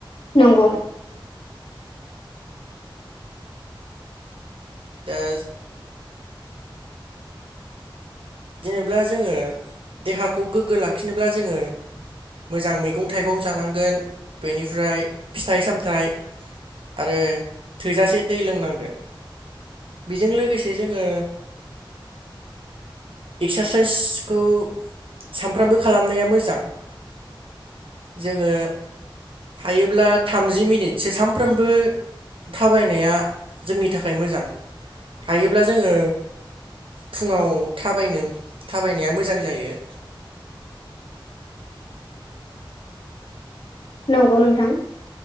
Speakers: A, on the left; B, on the right.
A: नंगौ।
B: दा जेनेब्ला जोङो देहाखौ गोग्गो लाखिनोब्ला जोङो मोजां मैगं थाइगं जानांगोन बेनिफ्राय फिथाइ सामथाइ आरो थोजासे दै लोंनांगोन बेजों लोगोसे जोङो एक्सासाइसखौ सानफ्रामबो खालामनाया मोजां। जोङो हायोब्ला थामजि मिनिटसो सानफ्रोमबो थाबायनाया जोंनि थाखाय मोजां। हायोब्ला जोङो फुङाव थाबायनो थाबायनाया मोजां जायो।
A: नंगौ नोंथां।